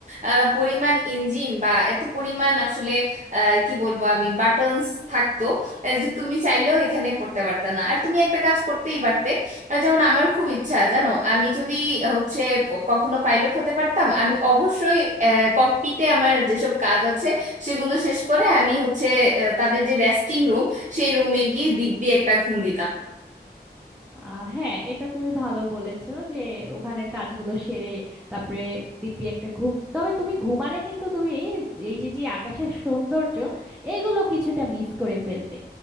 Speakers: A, on the right; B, in the centre.
A: আহ, পরিমাণ ইঞ্জিন বা এত পরিমাণ আসলে আহ, কি বলবো আমি বাটনস থাকতো আহ, যে তুমি চাইলেও এখানে পড়তে পারতে না আর তুমি একটা কাজ করতেই পারতে আর যেমন আমার খুব ইচ্ছা জানো আমি যদি আহ, হচ্ছে ক- কখনো পাইলট হতে পারতাম আমি অবশ্যই ককপিটে আমার যেসব কাজ আছে সেগুলো শেষ করে আমি হচ্ছে আহ, তাদের যে রেস্টিং রুম সেই রুমে গিয়ে দিব্যি একটা ঘুম দিতাম
B: আহ, হ্যাঁ এটা তুমি ভালো বলেছো যে ওখানের কাজগুলো সেরে তারপরে দিব্যি একটা ঘুম তবে তুমি ঘুমালে কিন্তু তুমি এই যে যে আকাশের সৌন্দর্য এগুলো কিছুটা মিস করে ফেলতে